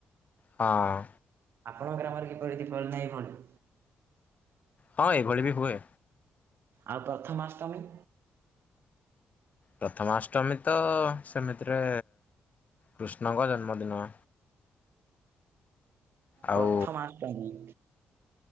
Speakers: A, on the left (about 40°); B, on the right (about 70°).
A: ହଁ।
B: ଆପଣଙ୍କ ଗ୍ରାମରେ କିପରି ଦୀପବଳି ନା ହୁଏ କୁହନ୍ତୁ।
A: ହଁ ଏଭଳି ବି ହୁଏ।
B: ଆଉ ପ୍ରଥମାଷ୍ଟମୀ।
A: ପ୍ରଥମାଷ୍ଟମୀ ତ ସେମିତିରେ କୃଷ୍ଣଙ୍କ ଜନ୍ମଦିନ। ଆଉ
B: ପ୍ରଥମାଷ୍ଟମୀ